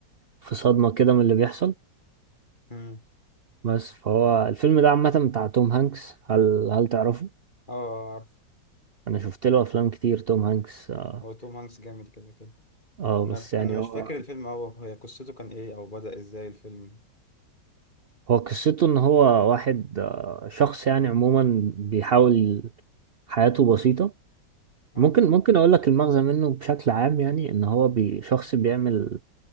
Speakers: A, on the right (about 55°); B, on the left (about 25°).
A: في صدمة كده من اللي بيحصل
B: مم.
A: بس فهو الفيلم ده عامة بتاع توم هانكس هل هل تعرفه
B: آه عارف
A: انا شفت له افلام كتير توم هانكس اه
B: هو توم هانكس جامد كده كده
A: آه،
B: أنا
A: بس يعني
B: أنا مش
A: هو
B: فاكر الفيلم أوي هي قصته كان إيه أو بدأ إزاي الفيلم
A: هو قصته ان هو واحد آه، شخص يعني عموما بيحاول حياته بسيطة
B: آه
A: ممكن ممكن اقول لك المغزى منه بشكل عام يعني ان هو بي شخص بيعمل